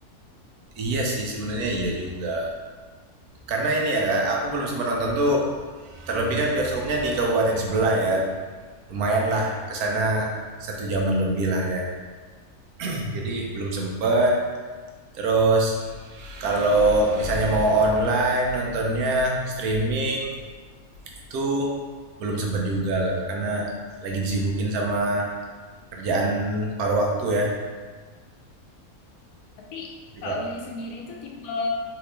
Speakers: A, on the right; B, on the left.
A: Iya sih sebenarnya iya juga. Karena ini ya Kak, aku belum sempat nonton tuh. Terlebih kan bioskopnya di kabupaten sebelah ya. Lumayan lah kesana satu jaman lebih lah ya. <clears throat> Jadi belum sempet. Terus kalau misalnya mau online nontonnya streaming itu belum sempet juga Kak karena lagi disibukin sama kerjaan paruh waktu ya.
B: Tapi
A: Juga.
B: Kak Willy sendiri tuh tipe